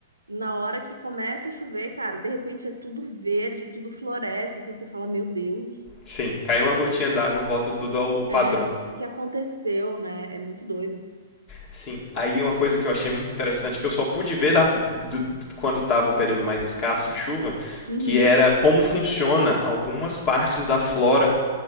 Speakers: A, on the right; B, on the left.
A: Na hora que começa a chover, cara, de repente é tudo verde, tudo floresce, tudo, você fala, meu Deus,
B: Sim, caiu uma gotinha d'água, volta tudo ao padrão.
A: é, o que aconteceu, né? É muito doido.
B: Sim, aí uma coisa que eu achei muito interessante, que eu só pude ver da, do, quando estava o período mais escasso de chuva,
A: Uhum,
B: que era como funciona algumas partes da flora